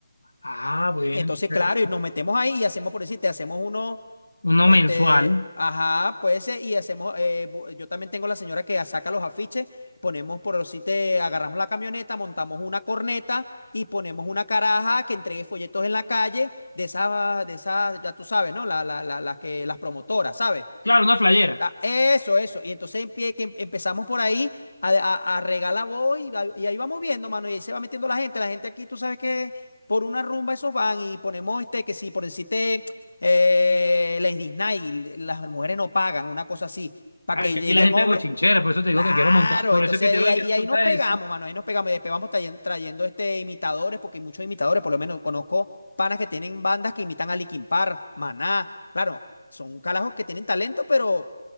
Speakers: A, on the left (about 80°); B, on the left (about 70°).
A: Ah, bueno.
B: Y entonces,
A: entonces,
B: claro, y nos metemos ahí y hacemos, por decirte, hacemos uno,
A: Uno mensual.
B: este, ajá, puede ser, y hacemos, eh, bu- yo también tengo la señora que saca los afiches, ponemos, por decirte, agarramos la camioneta, montamos una corneta y ponemos una caraja que entregue folletos en la calle de esas, de esas, ya tú sabes, ¿no? La, la, la, las que, las promotoras, ¿sabes?
A: Claro, una flayera.
B: Ah, Eso, eso. Y entonces empie- que em- empezamos por ahí a, a, a regalar voz y, va- y ahí vamos viendo, mano. Y ahí se va metiendo la gente. La gente aquí, tú sabes que por una rumba esos van y ponemos este, que sí, por decirte, eh, Lady Night, las mujeres no pagan, una cosa así, para
A: Claro,
B: que
A: es que
B: lleguen
A: aquí la gente
B: hombres.
A: es bochinchera, por eso te digo
B: Claro,
A: que quiero montar, por
B: entonces
A: eso es que te
B: ahí,
A: digo que
B: ahí
A: quiero
B: ahí
A: montar
B: nos pegamos,
A: eso.
B: mano. Ahí nos pegamos y despegamos trayendo, trayendo este, imitadores, porque hay muchos imitadores, por lo menos conozco panas que tienen bandas que imitan a Linkin Park, Maná. Claro, son carajos que tienen talento, pero.